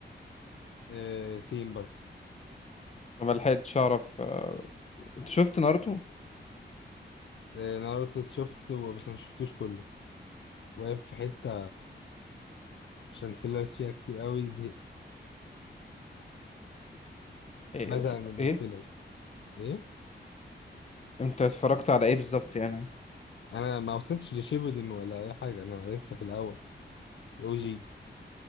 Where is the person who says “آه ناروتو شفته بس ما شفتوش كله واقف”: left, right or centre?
Left